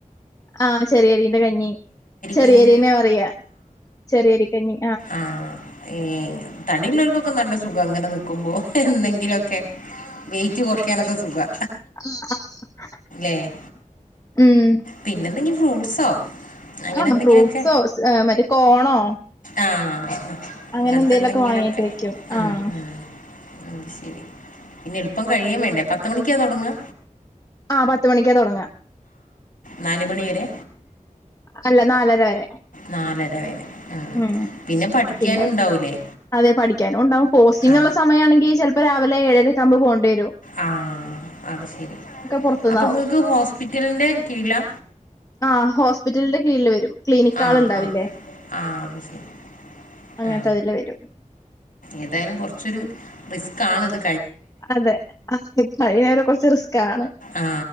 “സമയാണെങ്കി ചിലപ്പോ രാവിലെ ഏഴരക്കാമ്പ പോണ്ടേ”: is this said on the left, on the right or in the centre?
Left